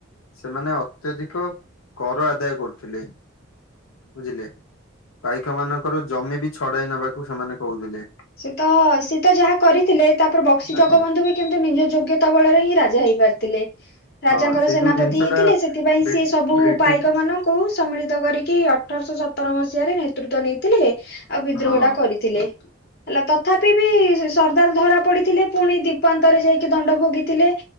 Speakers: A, on the left (about 80°); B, on the left (about 50°).
A: ସେମାନେ ଅତ୍ୟଧିକ କର ଆଦାୟ କରୁଥିଲେ। ବୁଝିଲେ ପାଇକ ମାନଙ୍କର ଜମି ବି ଛଡାଇ ନବାକୁ ସେମାନେ କୋହୁଥିଲେ।
B: ସେ ତ ସି ତ ଯାହା କରିଥିଲେ ତାପରେ ବକ୍ସି
A: ଆଜ୍ଞା
B: ଜଗବନ୍ଧୁ ବି କିନ୍ତୁ ନିଜ ଯୋଗ୍ୟତା ବଳରେ ହିଁ ରାଜା ହେଇ ପାରିଥିଲେ। ରାଜାଙ୍କର
A: ହଁ ସେ
B: ସେନାପତି
A: ଯୋଉ ଜିନିଷ
B: ହେଇଥିଲେ
A: ଟା
B: ସେଥିପାଇଁ
A: ବ୍ରି
B: ସିଏ ସବୁ
A: ବ୍ରିଟିଶ
B: ପାଇକ ମାନଙ୍କୁ ସମ୍ମିଳିତ କରିକି ଅଠରଶ ସତର ମସିହାରେ ନେତୃତ୍ୱ ନେଇଥିଲେ ଆଉ ବିଦ୍ରୋହଟା
A: ହଁ
B: କରିଥିଲେ। ହେଲା ତଥାପି ବି ସର୍ଦ୍ଦାର ଧରା ପଡିଥିଲେ ପୁଣି ଦୀପାନ୍ତରେ ଯାଇକି ଦଣ୍ଡ ଭୋଗିଥିଲେ।